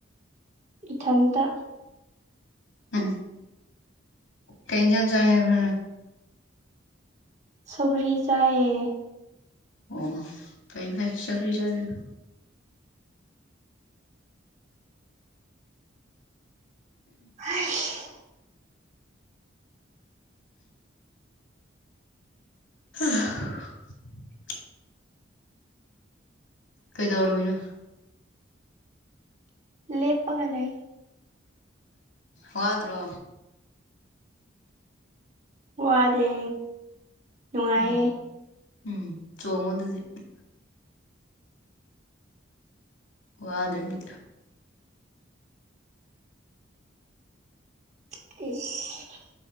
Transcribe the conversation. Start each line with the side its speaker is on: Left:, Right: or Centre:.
Right: ꯏꯊꯟꯇ
Left: ꯎꯝ ꯀꯩ ꯌꯦꯟꯁꯥꯡ ꯆꯥꯏ ꯍꯥꯏꯕ꯭ꯔ ꯅꯪ
Right: ꯁꯧꯒ꯭ꯔꯤ ꯆꯥꯏꯌꯦ
Left: ꯑꯣ ꯐꯩ ꯐꯩ ꯁꯧꯒ꯭ꯔꯤ ꯆꯥꯕꯤꯌꯨ
Right: <unintelligible>
Left: <unintelligible> ꯀꯩꯗꯧꯔꯝꯃꯤꯅꯣ
Right: ꯂꯦꯞꯄꯒ ꯂꯩꯏ
Left: ꯋꯥꯗ꯭ꯔꯣ
Right: ꯋꯥꯗꯦ ꯅꯨꯡꯉꯥꯏꯌꯦ
Left: ꯎꯝ ꯎꯝ ꯆꯣꯡꯉꯗꯨꯗꯤ ꯋꯥꯗꯗꯤ
Right: ꯏꯁ